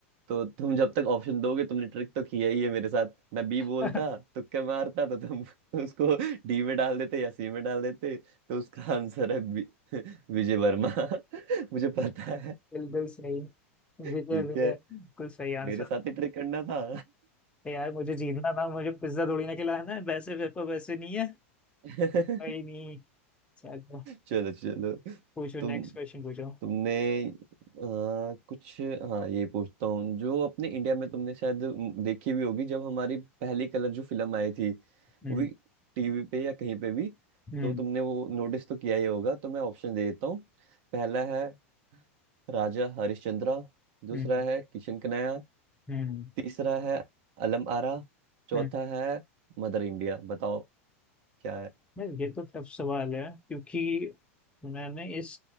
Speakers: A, on the right (about 60°); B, on the left (about 15°).
A: तो तुम जब तक ऑप्शन दोगे तुमने ट्रिक तो किया ही है मेरे साथ मैं बी बोलता
B: <laughs>
A: तुक्का मारता तो तुम <laughs> उसको डी में डाल देते या सी में डाल देते तो उसका आंसर है बी- <laughs> विजय वर्मा <laughs> मुझे पता है
B: बिल्कुल सही
A: ठीक
B: विजय विजय
A: है
B: बिल्कुल सही
A: मेरे
B: आंसर
A: साथ ही ट्रिक करना था
B: तो यार मुझे जीतना था मुझे पिज्जा थोड़ी ना खिलाना है वैसे पेपर वैसे नहीं है
A: <laughs>
B: कोई नहीं चलो
A: चलो चलो
B: पूछो
A: तुम
B: नेक्स्ट क्वेश्चन पूछो
A: तुमने आ, कुछ हाँ ये पूछता हूँ जो अपने इंडिया में तुमने शायद म, देखी भी होगी जब हमारी पहली कलर जो फिल्म आई थी
B: हम्म
A: वो भी टीवी पे या कहीं पे भी
B: हम्म
A: तो तुमने वो नोटिस तो किया ही होगा तो मैं ऑप्शन दे देता हूँ पहला है राजा हरिश्चंद्रा दूसरा
B: हम्म
A: है किशन कन्हैया
B: हम्म
A: तीसरा है अलम आरा चौथा
B: हम्म।
A: है मदर इंडिया बताओ क्या है
B: मैं ये तो टफ सवाल है क्योंकि मैंने इस